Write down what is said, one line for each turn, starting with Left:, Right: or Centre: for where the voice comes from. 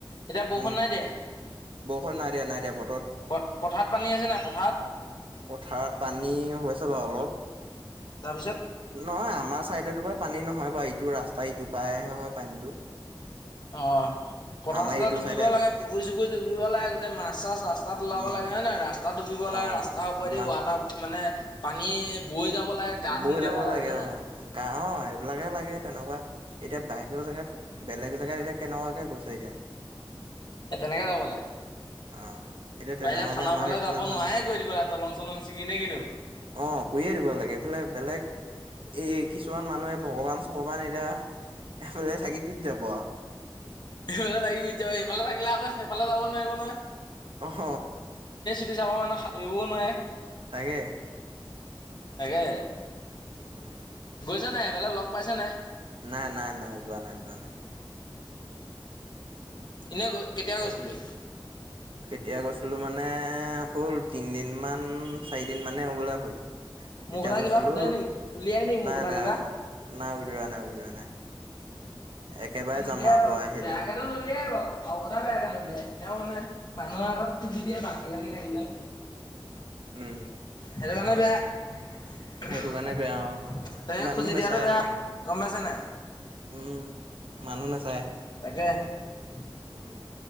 Left: এতিয়া বৰষুণ
Right: উম।
Left: নাই দিয়া
Right: বৰষুণ নাইদিয়া, নাইদিয়া ব
Left: প- পথাৰত পানী হৈছেনে নাই, পথাৰত?
Right: পথাৰত পানী, হৈছে বাৰু অলপ।
Left: তাৰ পিছত?
Right: নহয় আমাৰ চাইদেটো বাৰু পানী নহয় বাৰু, ইটো ৰাস্তাৰ ইটো পাৰেহে হয় পানীটো।
Left: অহ। পথাৰ-চথাৰ
Right: আমাৰ এইটো
Left: ডুবিব
Right: চাইডে
Left: লাগে, পুখুৰী-চুখুৰী ডুবিব লাগে, গোটেই মাছ-চাছ ৰাস্তাত ওলাব
Right: উম
Left: লাগে। হয় নে নাই ৰাস্তা ডুবিব। <unintelligible>
Right: অ'
Left: ৰাস্তাৰ ওপৰেদি
Right: মাহ
Left: ৱাটাৰ মানে পানী বৈ যাব লাগে গা
Right: বৈ
Left: ধুমগে
Right: যাব
Left: তাত
Right: লাগে,
Left: আমি হয় নাই
Right: অ, গাঁৱত। ঠাই বিলাকহে লাগে তেনেকুৱা। এতিয়া বাহিৰৰ জেগাত, বেলেগ জেগাত এতিয়া কেনেকুৱাকে গৈছে এতিয়া?
Left: সেই তেনেকে যাব লাগে।
Right: অ'। এতিয়া তেনেকুৱাকে
Left: পাৰিলে থানা
Right: আমাৰ
Left: ফালে
Right: এইফালে
Left: যাব
Right: হোৱা
Left: নোৱাৰাই
Right: নাই
Left: কৰি দিব লাগে, দলং দলঙ ছিগি নে কিনো?
Right: অ, কৰিয়ে দিব লাগে। এইফালে বেলেগ এই কিছুমান মানুহে ভগৱান-চগৱান এতিয়া, এফালে থাকি বুজি যাব আৰু।
Left: এইফালে থাকি বুজি যাব। এইফালে থাকিলে আকৌ, সেইফালে যাব নোৱাৰিব নহয়।
Right: অহ।
Left: চুটি চাপৰ মানুহ সাঁতুৰিবও নোৱাৰে।
Right: তাকে।
Left: তাকে।
Right: উম।
Left: গৈছা নাই, এইফালে লগ পাইছা নাই?
Right: নাই-নাই-নাই, যোৱা নাই, যোৱা নাই।
Left: এনেই গৈ, কেতিয়া গৈছিলি?
Right: অ'। কেতিয়া গৈছিলোঁ মানে, হ'ল তিনিদিনমান চাৰিদিনমানেই হ'বলে হ'ল। তেতিয়া
Left: মোৰ কথা
Right: গৈছিলো।
Left: কিবা সোধে নেকি উলিয়াই নি
Right: নাই-নাই,
Left: মোৰ কথা কিবা
Right: নাই উলিওৱা নাই, উলিওৱা নাই। <inaudible> একেবাৰে যাম
Left: নোলিয়াই
Right: আৰু
Left: বাৰু,
Right: তই আহিলে।
Left: বেয়াকেটো নোলিয়াই বাৰু, কাৰো কথা বেয়াকে নোলিয়াই। তেওঁ মানে মানুহৰ আগত খুজি দিয়ে, বাকী-চাকি থাকিলে।
Right: উম।
Left: হেইটো কাৰনে বেয়া।
Right: সেইটো
Left: তেনেকে
Right: কাৰণে বেয়া অ মানুহ
Left: খুজি
Right: নাচায়
Left: দিয়াটো বেয়া।
Right: মানে
Left: গম পাইছা নে নাই?
Right: উম। মানুহ নাচায়।
Left: <unintelligible>
Right: উম'।